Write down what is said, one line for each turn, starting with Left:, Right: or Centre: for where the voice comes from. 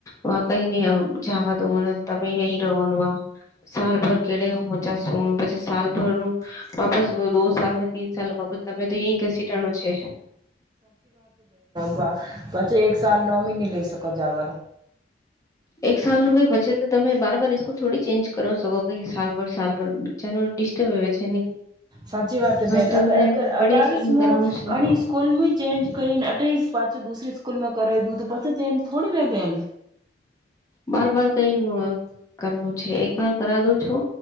Left: વા કઈ નઈ જવા દોને તમે અહી રહો વા સાલભર કેડે હો ચશો પછી સભરનું વાપસ દો સાલ ને તીન સાલ બાબત તમે તો અહી, ઘસી ટાણો છે.
Right: બે પછી એક સાલ નોમિની લઈ શકો જા વારુ
Left: એક સાલ નું કઈ પછે તમે બારબર સ્કૂલ થોડી ચેન્જ કરો શકો કે સાલભર સાલ ભર બચ્ચાનું ડિસ્ટર્બ વેવૅ છે નહી
Right: સાચી વાત બેન
Left: તમને
Right: અ અગર
Left: બડિયા
Right: અબારીસમુ
Left: સ્કૂલ કરાવું છું
Right: અણી સ્કૂલમુ ચેન્જ કરીને અઠેસ પાછું દુસરી સ્કૂલમાં કરાવી દું તો પછી ચેન્જ થોડી વૅ બેન
Left: બાર બાર કઈ કરનું છે એક બાર કરા દુ છું